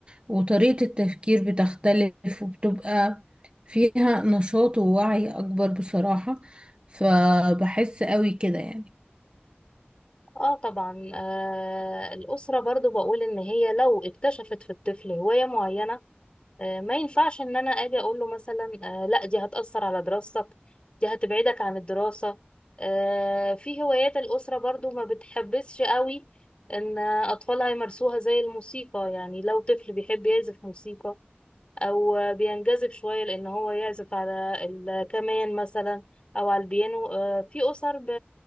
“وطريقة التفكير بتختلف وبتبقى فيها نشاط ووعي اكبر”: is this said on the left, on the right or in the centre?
Right